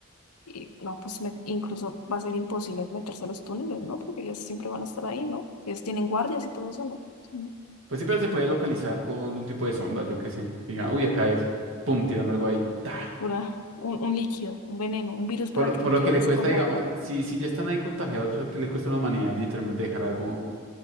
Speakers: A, on the left (about 85°); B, on the right (about 60°).
A: Y no, pues me- incluso va a ser imposible meterse a los túneles, ¿no? Porque ellos siempre van a estar ahí, ¿no? Ellos tienen guardias y todo eso, ¿no? Son
B: Pues sí, pero se puede localizar con un tipo de sonda, yo qué sé. Diga, uy, acá es. Pum, tiran algo ahí. ta.
A: Pura, un, un líquido, un veneno, un virus
B: Por
A: para
B: lo,
A: que
B: por
A: entre
B: lo que
A: ellas
B: le cuesta,
A: se contagien.
B: digamos, si, si ya están ahí contagiados, pues, ¿qué le cuesta a la humanidad literalmente dejar algo?